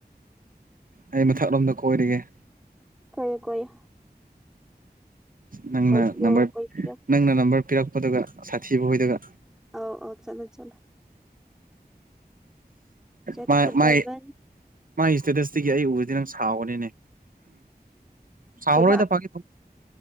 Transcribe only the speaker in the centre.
ꯀꯣꯏꯌꯨ ꯀꯣꯏꯌꯨ
ꯀꯣꯏꯕꯤꯌꯣ
ꯀꯣꯏꯕꯤꯌꯣ
ꯑꯧ ꯑꯧ ꯆꯠꯂꯣ ꯆꯠꯂꯣ ꯆꯠꯀꯗꯕꯅꯤ
ꯀꯩꯕ